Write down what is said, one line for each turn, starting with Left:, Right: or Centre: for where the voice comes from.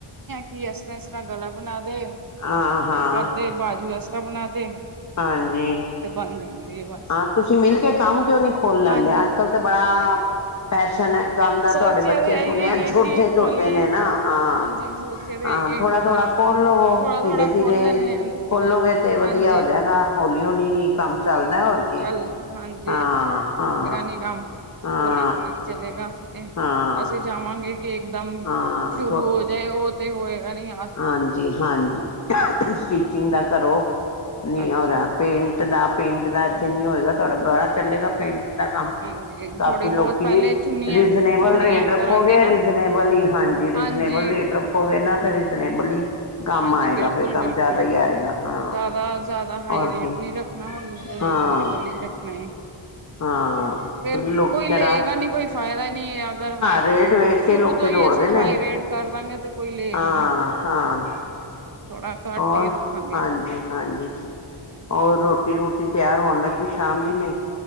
Right: ਕੀ ਇਸ ਤਰ੍ਹਾਂ ਇਸ ਤਰ੍ਹਾਂ ਗਲਾ ਬਣਾ ਦੇ।
Left: ਆਹ
Right: ਇਹ
Left: ਹਾਂ
Right: ਕਰਦੇ ਬਾਜੂ ਇਸ ਤਰ੍ਹਾਂ ਬਣਾ ਦੇ
Left: ਹਾਂਜੀ
Right: ਤੇ ਬਣ ਜਾਂਦੀ ਹੈ ਬਸ
Left: ਹਾਂ ਤੁਸੀਂ ਮਿਲ ਕੇ ਕੰਮ ਕਿਉਂ ਨਹੀਂ ਖੋਲ ਲੈਂਦੇ,
Right: ਹਾਂਜੀ
Left: ਅੱਜ ਕੱਲ ਤਾਂ ਬੜਾ ਫੈਸ਼ਨ ਹੈ ਕੰਮ ਦਾ
Right: ਸੋਚਿਆ
Left: ਤੁਹਾਡੇ ਬੱਚੇ
Right: ਤੇ
Left: ਸੁਣਿਐ
Right: ਇਹੀ ਹੈ ਕਿ
Left: ਛੋਟੇ
Right: ਖੋਲੀਏ
Left: ਛੋਟੇ ਨੇ ਨਾ ਹਾਂ
Right: ਹਾਂਜੀ ਸੋਚਿਆ ਤੇ
Left: ਹਾਂ
Right: ਆਈਏ
Left: ਥੋੜਾ ਥੋੜਾ
Right: ਖੋਲੀ
Left: ਖੋਲ ਲਵੋ
Right: ਥੋੜਾ
Left: ਧੀਰੇ
Right: ਥੋੜਾ
Left: ਧੀਰੇ
Right: ਖੋਲ ਲੈਂਦੇ ਹਾਂ,
Left: ਖੋਲੋਗੇ ਤੇ
Right: ਹਾਂਜੀ
Left: ਵਧੀਆ ਹੋ ਜਾਗਾ ਹੌਲੀ ਹੌਲੀ ਹੀ ਕੰਮ ਚੱਲਦਾ ਹੋਰ ਕੀ
Right: <unintelligible> ਹਾਏ
Left: ਹਾਂ ਹਾਂ।
Right: ਨਿਗਮ
Left: ਹਾਂ।
Right: ਹੌਲੀ-ਹੌਲੀ ਚੱਲੇਗਾ ਇਹ,
Left: ਹਾਂ
Right: ਅਸੀਂ ਜਾਵਾਂਗੇ। ਕਿ ਇੱਕਦਮ
Left: ਹਾਂ
Right: ਸ਼ੁਰੂ ਹੋ ਜਾਏ, ਉਹ ਤੇ ਹੋਏਗਾ ਨੀ।
Left: ਹਾਂਜੀ-ਹਾਂਜੀ, ਸਟੀਚਿੰਗ ਦਾ ਕਰੋ,
Right: ਹਾਂਜੀ
Left: ਨੀ ਔਰ ਪੇਂਟ ਪਿੰਡ ਦਾ ਪਿੰਡ ਦਾ ਇੱਥੇ ਨੀ ਹੋਏਗਾ, ਤੁਹਾਡਾ ਬਾਹਰ ਚੱਲੇਗਾ ਪਿੰਡ ਦਾ ਕੰਮ।
Right: ਹਾਂਜੀ
Left: ਕਾਫੀ
Right: ਥੋੜ੍ਹੀ ਬਹੁਤ
Left: ਲੋਕੀ
Right: ਪਹਿਲੇ ਚੁੰਨੀਆਂ
Left: ਰੀਜਨੇਬਲ
Right: ਚੁੰਨੀਆਂ
Left: ਰੇਟ ਰੱਖੋਗੇ,
Right: ਕਰਾਂਗੇ ਨਾ
Left: ਰੀਜਨੇਬਲ ਹੀ ਹਾਂਜੀ ਜੇ ਰੀਜ਼ਨੇਬਲ
Right: ਹਾਂਜੀ
Left: ਰੇਟ ਰੱਖੋਗੇ ਨਾ, ਤਾਂ ਰੀਜ਼ਨੇਬਲ ਹੀ ਕੰਮ
Right: ਹਾਂਜੀ
Left: ਆਏਗਾ
Right: ਬਿਲਕੁਲ
Left: ਫਿਰ ਕੰਮ
Right: ਬਿਲਕੁਲ
Left: ਜ਼ਿਆਦਾ ਹੀ ਆਏਗਾ ਹਾਂ
Right: ਜ਼ਿਆਦਾ ਜ਼ਿਆਦਾ ਹਾਈ
Left: ਔਰ
Right: ਰੇਟ
Left: ਕੀ
Right: ਨੀ ਰੱਖ <unintelligible>
Left: ਹਾਂ ਹਾਂ
Right: ਫਿਰ
Left: ਕਿਉਂਕਿ ਲੋਕ
Right: ਕੋਈ
Left: ਜਰਾ
Right: ਲਏਗਾ ਨੀ ਕੋਈ ਫਾਇਦਾ ਨਹੀਂ ਅਗਰ ਹਾਂ
Left: ਰੇਟ ਵੇਖ ਕੇ
Right: ਸ਼ੁਰੂ
Left: ਲੋਕੀ
Right: ਤੋਂ ਹੀ
Left: ਦੌੜਦੇ
Right: ਅਸੀਂ ਹਾਈ
Left: ਨੇ
Right: ਰੇਟ ਕਰ ਦਾਂਗੇ ਤੇ ਕੋਈ ਲਏਗਾ
Left: ਹਾਂ
Right: ਨੀ
Left: ਹਾਂ।
Right: <inaudible> ਘੱਟ
Left: ਹੋਰ
Right: ਹੀ ਰੱਖਾਂਗੇ
Left: ਹਾਂਜੀ ਹਾਂਜੀ ਹੋਰ
Right: ਹਾਂਜੀ
Left: ਰੋਟੀ ਰੋਟੀ ਰੋਟੀ ਤਿਆਰ ਹੋਣ ਲੱਗੀ ਸ਼ਾਮ ਦੇ ਲਈ